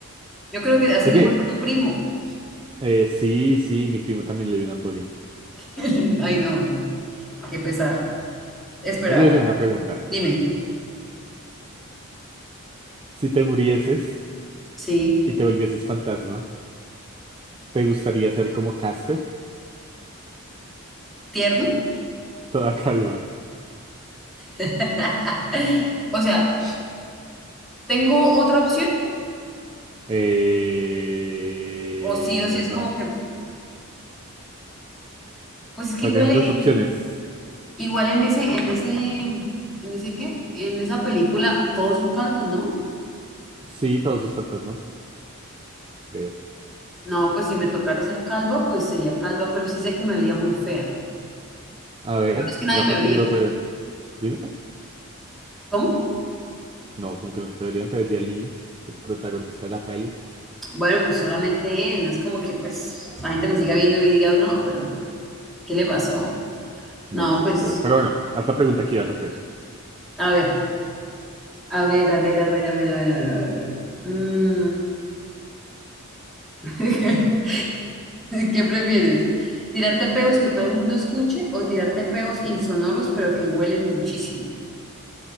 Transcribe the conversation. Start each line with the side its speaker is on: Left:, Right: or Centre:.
Centre: Yo creo que así
Right: Oye,
Centre: le pasó a tu primo.
Right: eh, sí, sí, mi primo también le dio una embolia.
Centre: <laughs> Ay, no, qué pesar. Espera,
Right: Oye, oye, una pregunta.
Centre: dime.
Right: Si te murieses,
Centre: Sí,
Right: y te volvieses fantasma, ¿te gustaría ser como Casper?
Centre: tierno.
Right: <laughs> Toda calva.
Centre: <laughs> O sea, ¿tengo otra opción?
Right: Eh...
Centre: O sí, o sí es
Right: No.
Centre: como que,
Right: O
Centre: pues es
Right: sea,
Centre: que igual
Right: tienes dos
Centre: en,
Right: opciones.
Centre: Igual en ese, en ese, ¿en ese qué? En esa película todos son calvos, ¿no?
Right: Sí, todos los fantasmas, creo.
Centre: No, pues si me tocara ser calva, pues sería calva, pero sí sé que me vería muy fea.
Right: A ver,
Centre: Pero es que nadie
Right: rápate
Centre: me vería.
Right: y lo re... Dime.
Centre: ¿Cómo?
Right: No, como que no te verían, te vería el niño, el protagonista de la peli.
Centre: Bueno, pues solamente él, no es como que pues la gente me siga viendo y diga, no, pero ¿qué le pasó?
Right: Bueno,
Centre: No,
Right: sí,
Centre: pues,
Right: eso es verdad. Pero bueno, hasta pregunta que ibas a hacer.
Centre: a ver, a ver, a ver, a ver, a ver, a ver, a ver, a ver. Mm. <laughs> ¿Qué prefieres? ¿Tirarte peos que todo el mundo escuche o tirarte peos insonoros pero que huelen muchísimo?